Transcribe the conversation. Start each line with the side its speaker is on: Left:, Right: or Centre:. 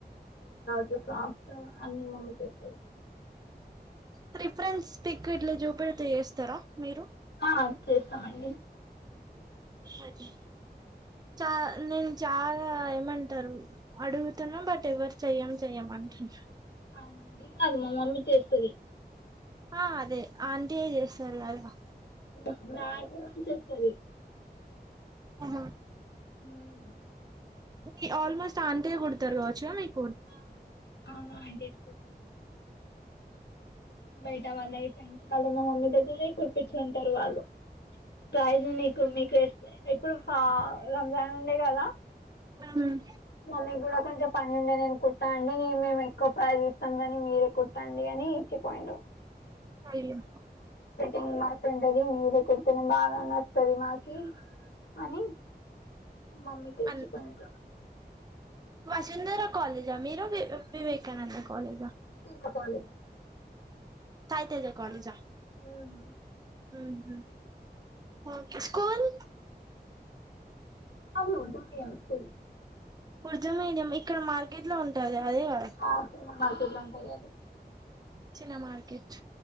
Left: గా ఫ్రాక్సు అన్ని మమ్మీ చేస్తది
Right: ప్రిఫ్రెన్స్ పిక్ ఇట్లా జూపెడ్తే ఏస్తరా మీరు
Left: ఆ చేస్తమండి
Right: అచ్చి. చ నేను చాలా ఏమంటారు అడుగుతున్న బట్ ఎవరు చెయ్యం చెయ్యమ. అంచుంచ్.
Left: అవునండి కాదు మా మమ్మీ చేస్తది.
Right: ఆహ్ అదే ఆంటీయే చేస్తాది గదా.
Left: మా మాక్సిమం చేస్తది.
Right: అహ
Left: మ్మ్
Right: మీ ఆల్మోస్ట్ ఆంటియే కుడుతరు కావచ్చ మీక్
Left: హ అవును ఆంటీయే కూడ్తది బయట వాళ్ళయి ఫ్రెండ్స్ వాలు మా మమ్మీతోటే కుట్పించుకుంటరు వాళ్ళు ప్రైజ్ నీకు మీకు ఎస్ ఎప్పుడు ఫ రంజాన్ ఉండే గదా
Right: మ్మ్
Left: మమ్మి గూడ కొంచం పని ఉండే నెను కుట్టండి నేను మేము ఎక్కువ పైస్ ఇస్తాం గాని మీరే కుట్టండి అని ఇచ్చిపోఇండ్రు
Right: అయ్యే
Left: ఫిట్టింగ్ బా టుంటది మీరే కుడుతేనే బాగా నస్తది మాకి అని మమ్మీకి ఇచ్చిపోయిండ్రు
Right: అన్ వసుంధర కాలే జా మీరు వి వివేకానంద కాలేజా
Left: మ కాలేజ్
Right: ఐతేజ కాలేజా
Left: అవును
Right: మ్ హు ఓకె స్కూల్
Left: అది ఉంటుంది గని స్కూల్
Right: కుర్జ మీడియం ఇక్కడ మార్కెట్ లో ఉంటది గ అదే గదా
Left: ఆ చిన్న మార్కెట్ లొ ఉంటది అది
Right: చిన్న మార్కెట్